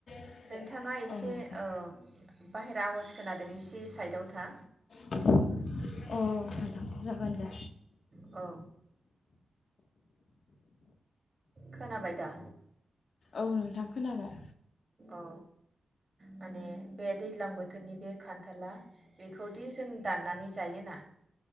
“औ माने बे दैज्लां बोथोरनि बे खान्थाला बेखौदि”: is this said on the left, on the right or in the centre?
Right